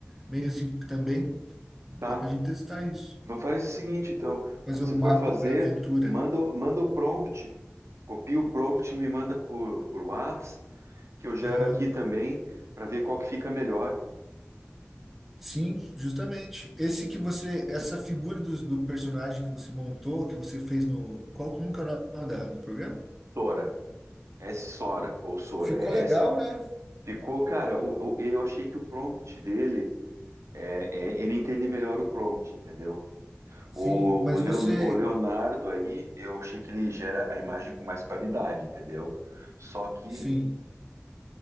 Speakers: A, in the centre; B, on the right.
A: Meio assim também, dá
B: tá.
A: pra gente testar isso.
B: Va- Faz o seguinte, então.
A: Fazer
B: Quando você
A: um mapa
B: for fazer,
A: para aventura.
B: manda, o- manda o prompt. Copia o prompt e me manda por, por Whats, que eu gero
A: Aham.
B: aqui também, para ver qual que fica melhor.
A: Sim, justamente. Esse que você, essa figura do, do personagem que você montou, que você fez no, qual, como que é o nome da- do programa?
B: Sora. S-Sora, ou Sora.
A: Ficou
B: É
A: legal, né?
B: Ficou, cara, o- o- eu achei que o prompt dele, é, é, ele entende melhor o prompt, entendeu?
A: Sim,
B: O,
A: mas
B: Leon-
A: você,
B: o Leonardo aí, eu achei que ele gera a imagem com mais qualidade, entendeu? Só que
A: sim,